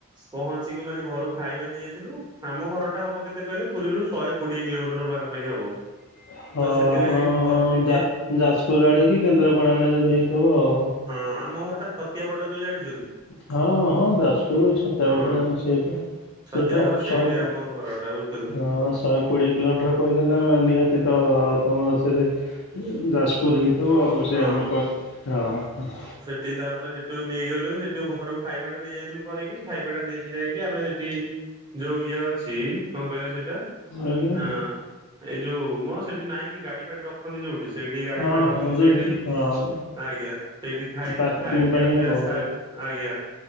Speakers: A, on the right; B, on the left.
A: ପହଞ୍ଚିକି ମାନେ ଘରକୁ ଖାଇବା ନେଇଯାଇଥିଲୁ। ଆମ ଘର ଟା ହବ କେତେ କହିଲେ ପୁରୀରୁ ଶହେ କୋଡିଏ କିଲୋମିଟର ପାଖାପାଖି ହବ।
B: <inaudible> ହଁ
A: ତ ସେଥିଲାଗି
B: ଆପଣ
A: ଘରୁ ଟିକେ
B: ଯା ଯାଜପୁର ଆଡ଼େ କି କେନ୍ଦ୍ରାପଡ଼ା ଆଡେ ଯଦି ହେଇଥିବ ଆଉ।
A: ହଁ, ଆମ ଘର ଟା ଛତିଆ ବଟ ଯଉ ଜାଣିଛନ୍ତି?
B: ହଁ, ହଁ, ଯାଜ ଉ ଛତିଆ
A: ହଁ
B: ବାଟ ଜାଣି ସେପା
A: ଛତିଆ
B: ସେଇପା
A: ବଟ
B: ଶହେ
A: ସେଇଠି
B: ପୁ
A: ଆମ
B: ହଁ
A: ଘରଟା ବୁଝୁଛନ୍ତି
B: ସ ଶହେ କୋଡ଼ିଏ କିଲୋମିଟର କହିଲେ ନା, ନିହାତି ତ ତମର ସେରେ ଯାଜପୁର ହେଇଥିବ ଆଉ, ସେ
A: ହଁ
B: ଆମେ କହିଲେ ହଁ ହ
A: ତି ତା'ପରେ ସେଠୁ ନେଇଗଲୁ, ସେଠୁ ଘରକୁ ଖାଇବା ଟା ନେଇ ଯାଇଥିଲୁ କରିକି। ଖାଇବା ଟା ନେଇକି ଯାଇକି ଆମେ ସେଠି ଯୋଉ ଇଏ ଅଛି, କଣ କହିଲ ସେଠ୍ ଟା
B: ଆଜ୍ଞା
A: ଅଁ, ଏଇ ଯୋଉ ମଁ, ସେଠି ନାଇଁ କି ଗାଡି ଏଠି ରଖନ୍ତି ଯଉଠି, ସେଇଠି ଗାଡ଼ି
B: ହଁ
A: ଫାଡ଼ି ରଖ
B: ହଁ
A: କହନ୍ତି
B: ଯେଉଁ
A: ସେଇଠି
B: ହଁ
A: ଆଜ୍ଞା, ସେଇଠି ଖାଇଲୁ
B: ପାର୍କିଂ
A: ଖାଇ ଖିଆ
B: ପାଇଁ
A: ପିଆ
B: ଆଉ
A: ସାର, ଆଜ୍ଞା